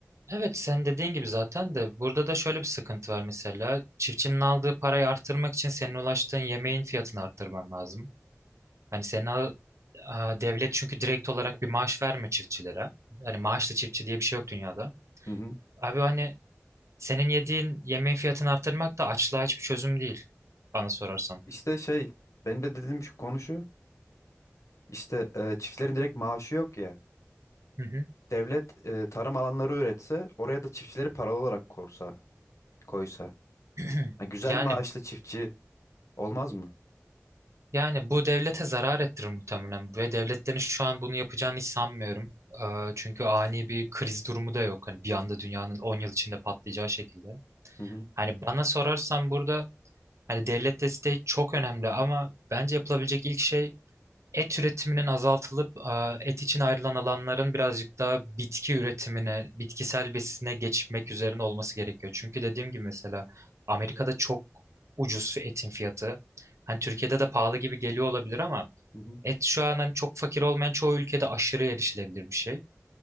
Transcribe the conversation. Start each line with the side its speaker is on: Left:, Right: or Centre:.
Right: Evet sen dediğin gibi zaten de burada da şöyle bir sıkıntı var mesela. Çiftçinin aldığı parayı arttırmak için senin ulaştığın yemeğin fiyatını arttırman lazım. Hani Sena a, devlet çünkü direkt olarak bir maaş vermiyor çiftçilere. Hani maaşlı çiftçi diye bir şey yok dünyada.
Left: Hı hı.
Right: Abi hani senin yediğin yemeğin fiyatını arttırmak da açlığa hiçbir çözüm değil bana sorarsan.
Left: İşte şey benim de dediğim şu konu şu. İşte e, çiftçilerin direkt maaşı yok ya.
Right: Hı hı.
Left: devlet e, tarım alanları üretse oraya da çiftçileri paralı olarak korsa, koysa.
Right: <clears throat>
Left: Ha, güzel
Right: Yani
Left: maaşlı çiftçi olmaz mı?
Right: yani bu devlete zarar ettirir muhtemelen ve devletlerin şu an bunu yapacağını hiç sanmıyorum. Ee, Çünkü ani bir kriz durumu da yok. Hani bir anda dünyanın 10 yıl içinde patlayacağı şekilde.
Left: Hı hı,
Right: Hani bana sorarsan burada hani devlet desteği çok önemli ama bence yapılabilecek ilk şey et üretiminin azaltılıp e, et için ayrılan alanların birazcık daha bitki üretimine, bitkisel besine geçmek üzerine olması gerekiyor. Çünkü dediğim gibi mesela Amerika'da çok ucuz etin fiyatı. Hani Türkiye'de de pahalı gibi geliyor olabilir ama
Left: hı hı,
Right: et şu an hani çok fakir olmayan çoğu ülkede aşırı erişilebilir bir şey.